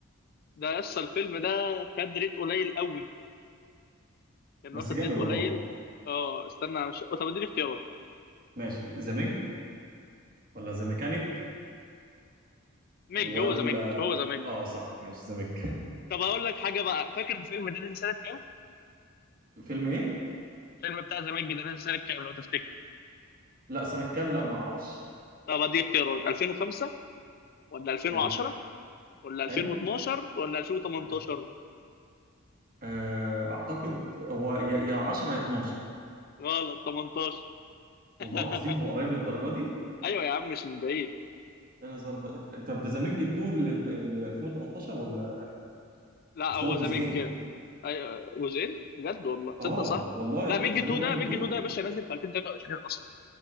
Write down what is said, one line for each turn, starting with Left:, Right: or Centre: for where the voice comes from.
Left: ده يسطا الفيلم ده خد ريت قليل قوي كان
Right: بس
Left: واخد
Right: جامد
Left: ريت قليل
Right: والله
Left: اه استنى مش طب اديني اختيارات
Right: ماشي ذا ميج ولا ذا ميكانيك
Left: ميج
Right: ولا
Left: هو ذا ميج هو ذا ميج
Right: اه صح ماشي ذا ميج
Left: طب اقول لك حاجه بقى فاكر الفيلم ده نزل سنه كام؟
Right: فيلم ايه
Left: الفيلم بتاع ذا ميج ده نزل سنه كام لو تفتكر
Right: لا سنة كام لا ما اعرفش
Left: طب اديك اختيارات 2005 ولا 2010
Right: حلو
Left: ولا 2012
Right: حلو
Left: ولا 2018
Right: ايوه آه، اعتقد هو يا يا 10 يا 12
Left: غلط 18 <laughs>
Right: والله العظيم هو قريب للدرجه دي
Left: ايوه يا عم مش من بعيد
Right: إيه الهزار ده انت ده ذا ميج 2 اللي اللي 2018 ولا
Left: لا
Right: اصل
Left: هو
Right: هو جزئين
Left: ذا ميج ايوه جزئين بجد والله تصدق
Right: اه
Left: صح
Right: والله
Left: لا ميج
Right: ذا
Left: 2
Right: ميج
Left: ده
Right: 1 و
Left: ميج
Right: 2
Left: 2 ده يا باشا نازل في 2023 اصلا